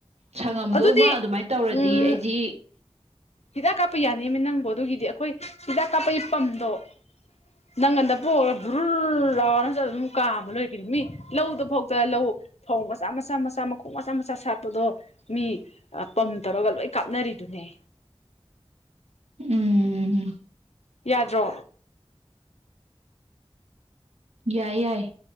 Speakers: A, on the right; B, on the left.
A: ꯁꯪꯉꯝꯗꯣꯃ
B: ꯑꯗꯨꯗꯤ
A: ꯑꯗꯨꯃꯥꯏꯅ ꯇꯧꯔꯗꯤ
B: ꯎꯝ
A: ꯑꯩꯗꯤ
B: ꯍꯤꯗꯥꯛ ꯀꯥꯞꯄ ꯌꯥꯅꯤꯃꯤ ꯅꯪꯕꯣ ꯑꯗꯨꯒꯤꯗꯤ ꯑꯩꯈꯣꯏ ꯍꯤꯗꯥꯛ ꯀꯥꯞꯄꯒꯤ ꯄꯝꯗꯣ ꯅꯪꯒꯟꯗ ꯄꯣꯛꯒ ꯕꯨ꯭ꯔꯨꯜ ꯔꯥꯎꯔ ꯆꯠꯂ ꯑꯗꯨꯝ ꯀꯥꯝꯕ ꯂꯣꯏꯔꯛꯈꯤꯅꯤ ꯃꯤ ꯂꯧꯗꯣ ꯐꯧꯇ ꯂꯧ ꯐꯧ ꯃꯆꯥ ꯃꯆꯥ ꯃꯆꯥ ꯃꯈꯣꯡ ꯃꯆꯥ ꯃꯆꯥ ꯁꯥꯠꯄꯗꯣ ꯃꯤ ꯄꯝ ꯇꯧꯔꯒ ꯂꯣꯏ ꯀꯥꯞꯅꯔꯤꯗꯨꯅꯦ
A: ꯎꯝ ꯎꯝꯝ
B: ꯌꯥꯗ꯭ꯔꯣ
A: ꯌꯥꯏ ꯌꯥꯏ